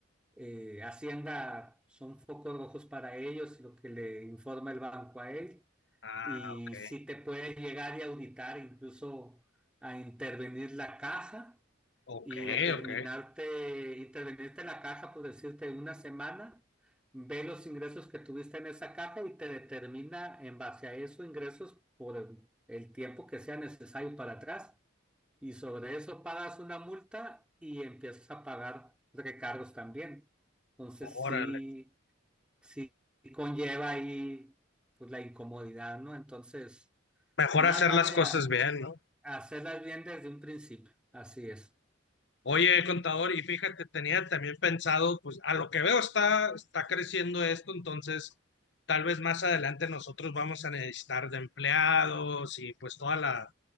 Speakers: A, in the centre; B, on the left.
A: eh, Hacienda son focos rojos para ellos y lo que le informa el banco a él.
B: Ah,
A: Y
B: ok,
A: si te puede llegar y auditar, incluso a intervenir la caja
B: ok,
A: y determinarte,
B: ok.
A: intervenirte en la caja, por decirte, una semana, ve los ingresos que tuviste en esa caja y te determina en base a esos ingresos por el, el tiempo que sea necesario para atrás. Y sobre eso pagas una multa y empiezas a pagar recargos también. Entonces
B: Órale.
A: sí, sí conlleva ahí pues, la incomodidad, ¿no? Entonces,
B: Mejor
A: más
B: hacer
A: vale
B: las cosas
A: a-
B: bien, ¿no?
A: hacerlas bien desde un principio. Así es.
B: Oye, contador, y fíjate, tenía también pensado, pues a lo que veo está, está creciendo esto, entonces tal vez más adelante nosotros vamos a necesitar de empleados y pues toda la,